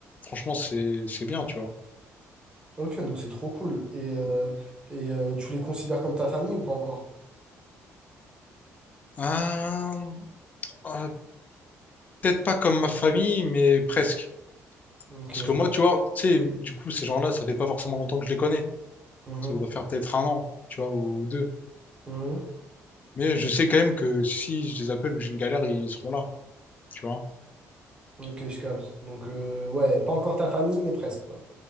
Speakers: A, on the left; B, on the right.
A: franchement, c'est, c'est bien, tu vois.
B: Ok, donc c'est trop cool. Et, euh, et euh, tu les considères comme ta famille ou pas encore?
A: Ah, ah, peut-être pas comme ma famille, mais presque.
B: Ok.
A: Parce que moi, tu vois, tu sais, du coup, ces gens-là, ça fait pas forcément longtemps que je les connais.
B: Mhm.
A: Ça doit faire peut-être un an, tu vois, ou deux.
B: Mhm.
A: Mais je sais quand même que si je les appelle ou que j'ai une galère, ils seront là, tu vois.
B: Ok, je capte. Donc, euh, ouais, pas encore ta famille, mais presque, quoi.